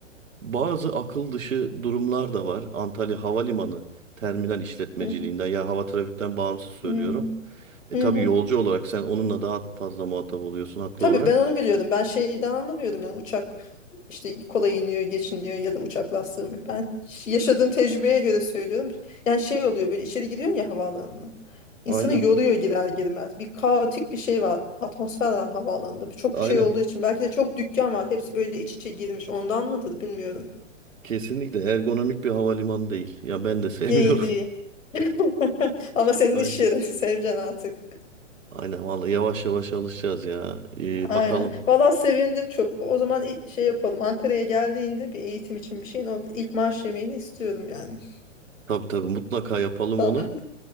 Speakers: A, on the right; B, on the left.
A: bazı akıl dışı durumlar da var. Antalya Havalimanı terminal işletmeciliğinden
B: Hı
A: ya hava trafikten bağımsız söylüyorum.
B: hı.
A: E
B: Hı
A: tabii
B: hı.
A: yolcu olarak sen onunla daha fazla muhatap oluyorsun haklı
B: Tabii
A: olarak.
B: ben onu biliyordum. Ben şeyden anlamıyordum yani uçak işte kolay iniyor, geçiniyor ya da uçak lastiği mi? Ben yaşadığım tecrübeye göre söylüyorum. Yani şey oluyor böyle içeri giriyorsun ya havaalanına. İnsanı
A: Aynen.
B: yoruyor girer girmez. Bir kaotik bir şey var. Atmosfer var havaalanında. Çok
A: Aynen.
B: şey olduğu için belki de çok dükkan var. Hepsi böyle iç içe girmiş. Ondan mıdır bilmiyorum.
A: Kesinlikle ergonomik bir havalimanı değil. Ya ben de sevmiyorum.
B: Değil değil. <laughs> Ama senin
A: <laughs> Aynen.
B: iş yerin. <laughs> Seveceksin artık.
A: Aynen vallahi yavaş yavaş alışacağız ya. Ee,
B: Aynen.
A: bakalım.
B: Valla sevindim çok. O zaman i- şey yapalım. Ankara'ya geldiğinde bir eğitim için bir şeyin o ilk maaş yemeğini istiyorum yani.
A: Tabii tabii mutlaka yapalım
B: Tamam.
A: onu.